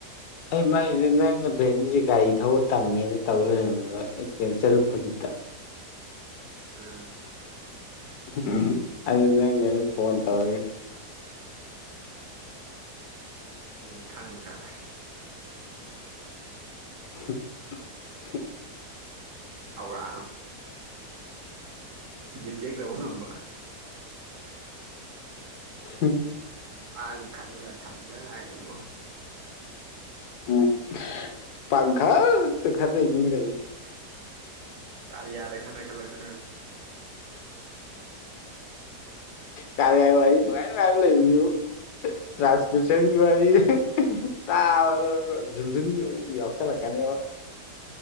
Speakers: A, on the left; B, on the right.
A: ꯑꯩ ꯃꯩꯁꯦ <inaudible> ꯕꯦꯅꯤꯁꯦ ꯒꯥꯔꯤ ꯊꯧꯕ ꯇꯝꯃꯦꯅ ꯇꯧ ꯂꯩꯔꯝꯃꯦꯕ ꯑꯥ ꯀꯩꯅꯣ ꯆꯔꯨꯛ ꯐꯨꯔꯤꯛꯇ
B: ꯑꯥ
A: ꯍꯝ ꯑꯗꯨ ꯅꯪꯅ ꯃꯨꯛ ꯐꯣꯟ ꯇꯧꯔꯛꯑꯦ
B: ꯑꯩꯗꯤ ꯈꯪꯗ꯭ꯔꯕ
A: <inaudible>
B: ꯑꯧꯔ ꯗꯤꯇꯦꯛ ꯇꯧꯕ ꯉꯝꯕ <unintelligible>
A: ꯍ
B: ꯑꯜ ꯈꯅꯅ ꯊꯝꯃꯤꯗ ꯉꯥꯏꯔꯤꯕꯔꯤꯕꯣ
A: ꯎꯝ ꯄꯪꯈꯠꯇ ꯈꯥꯟꯅ ꯂꯩ ꯀꯅ
B: ꯀꯥꯔꯤ ꯌꯥꯗ ꯈꯠꯅ ꯈꯜꯂꯛꯇꯅ ꯉꯥꯁꯥꯏ
A: ꯀꯔꯌꯥ ꯋꯥꯔꯤ ꯅꯨꯡꯉꯥꯏ ꯅꯨꯪꯉꯥꯏꯕ ꯂꯩꯕꯅꯤꯕꯣ ꯇꯥꯁ ꯀꯁꯟꯒꯤ ꯋꯥꯔꯤ ꯇꯥ ꯖꯨꯟꯖꯨꯟꯒꯤ ꯋꯥꯔꯤꯒꯤ ꯌꯥꯎꯁꯜꯂꯛꯀꯥꯟꯅꯤ ꯑ